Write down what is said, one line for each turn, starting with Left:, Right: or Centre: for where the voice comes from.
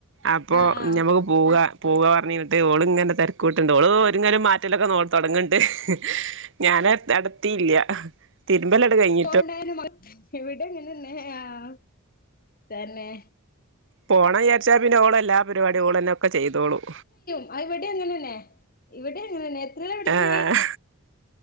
Right: അപ്പോ
Left: ആഹ് ആഹ്
Right: ഞമുക്ക് പോവ പൂവാ പറഞ്ഞ് കഴിഞ്ഞിട്ട് ഓള് ഇങ്ങനെ തെരക്കൂട്ട്ണ്ട് ഓള് ഒരുങ്ങാലും മാറ്റലൊക്കെ നോ തൊടങ്ങിണ്ട് ഞാനട് അടത്തിയില്ല തിരുമ്പലട് കയിഞ്ഞ്
Left: <unintelligible> ഇവിടെങ്ങനെന്നെ ആഹ് തന്നേ
Right: പോണം വിചാരിച്ചാ പിന്നെ ഓള് എല്ലാ പരിപാടിം ഓളന്നെ ഒക്കെ ചെയ്തോളും
Left: ആഹ് ഇവിടേം അങ്ങനന്നെ ഇവിടെ അങ്ങനെന്നെ എത്രേലാ പടിക്കണേ
Right: ആഹ്